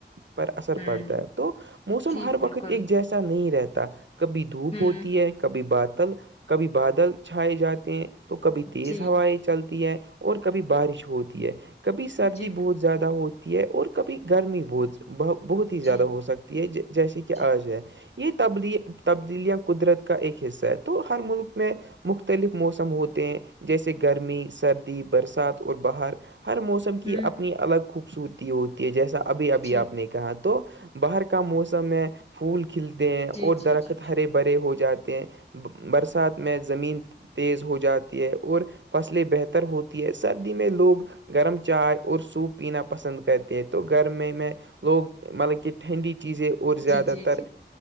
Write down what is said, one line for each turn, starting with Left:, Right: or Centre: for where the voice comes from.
Right: پر اثر
Left: ہوں
Right: پڑتا ہے تو موسم
Left: جی
Right: ہر
Left: بالکل
Right: وقت ایک جیسا نہیں رہتا کبھی دھوپ
Left: ہوں
Right: ہوتی ہے کبھی باتل کبھی بادل چھائے جاتے ہیں تو کبھی تیز
Left: جی
Right: ہوائیں چلتی ہے اور کبھی بارش ہوتی ہے کبھی سردی
Left: جی
Right: بہت زیادہ ہوتی ہے اور کبھی گرمی بہت بہت ہی زیادہ
Left: جی
Right: ہو سکتی ہے جیسے کہ
Left: جی
Right: آج ہے یہ تب تبدیلیاں قدرت کا ایک حصہ ہے تو ہر ملک میں مختلف موسم ہوتے ہیں جیسے گرمی سردی برسات اور باہر ہر موسم کی
Left: ہوں
Right: اپنی الگ خوبصورتی ہوتی ہے جیسا ابھی ابھی
Left: جی
Right: آپ نے کہا تو باہر کا موسم ہے پھول کھلتے ہیں اور
Left: جی جی
Right: درخت
Left: جی جی
Right: ہرے برے ہو جاتے ہیں برسات میں زمین تیز ہو جاتی ہے اور فصلیں بہتر ہوتی ہے سردی میں لوگ گرم چائے اور سوپ پینا پسند کرتے ہیں تو گرمی میں لوگ مطلب کہ ٹھنڈی چیزے اور زیادہ
Left: جی جی
Right: تر
Left: جی